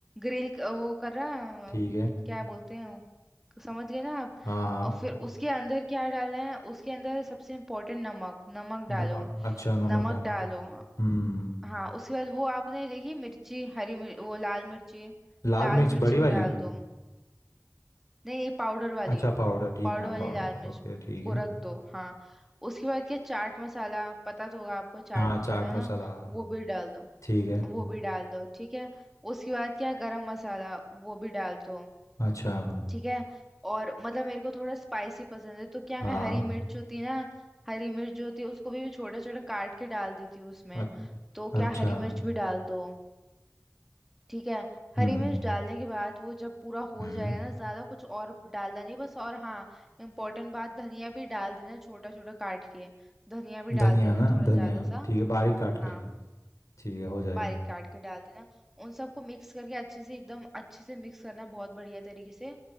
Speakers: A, in the centre; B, on the left.
A: ग्रिल वो करा
B: ठीक है
A: क्या बोलते हैं वो? समझ गए ना आप
B: हाँ हाँ
A: और फिर उसके अंदर क्या डालना है उसके अंदर सबसे इम्पोर्टेंट नमक नमक डालो
B: नमक अच्छा नमक
A: नमक
B: डालना
A: डालो
B: है हम्म
A: हाँ उसके बाद वो आपने देखी मिर्ची हरी मिर्च वो लाल मिर्ची
B: लाल
A: लाल
B: मिर्च
A: मिर्ची
B: बड़ी
A: भी
B: वाली
A: डाल दो नहीं नहीं पाउडर वाली
B: अच्छा पाउडर ठीक
A: पाउडर
B: है हाँ
A: वाली
B: पाउडर
A: लाल मिर्च
B: ओके ठीक
A: वो
B: है
A: रख दो हाँ उसके बाद क्या चाट मसाला पता तो होगा आपको चाट
B: हाँ
A: मसाला
B: चाट
A: है
B: मसाला
A: ना
B: हाँ
A: वो भी डाल दो
B: ठीक है
A: वो भी डाल दो ठीक है उसके बाद क्या गरम मसाला वो भी डाल दो
B: अच्छा
A: ठीक है और मतलब मेरे को थोड़ा स्पाइसी पसंद है तो क्या
B: हाँ
A: मैं हरी मिर्च होती है ना हरी मिर्च जो होती है उसको भी मैं छोटा छोटा काट के डाल देती हूँ उसमें
B: हाँ,
A: तो
B: अ-
A: क्या
B: अच्छा
A: हरी मिर्च भी डाल दो ठीक है हरी
B: हम्म
A: मिर्च डालने के बाद वो जब पूरा हो
B: हम्म
A: जाएगा ना ज्यादा कुछ और डालना नहीं बस और हाँ इम्पोर्टेंट बात धनिया भी डाल देना छोटा छोटा काट के धनिया भी डाल
B: धनिया
A: देना
B: ना
A: थोड़ा
B: धनिया
A: ज्यादा सा
B: ठीक है बारीक काट के
A: हाँ
B: ठीक है हो जाएगा
A: बारीक काट के डाल देना उन सबको मिक्स करके अच्छे से एकदम अच्छे से मिक्स करना बहुत बढ़िया तरीके से